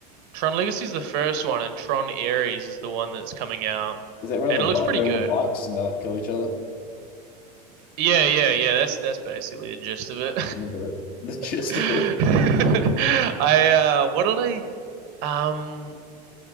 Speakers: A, on the right; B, on the left.
A: Tron Legacy is the first one, and Tron Ares is the one that's coming out,
B: Is that where on
A: and
B: the bi-
A: it looks pretty
B: they're
A: good.
B: on the bikes and they like kill each other?
A: Yeah, yeah, yeah. That's that's basically the gist of it.
B: I remember it. <laughs> The gist
A: <laughs> I
B: of it.
A: uh, what did I um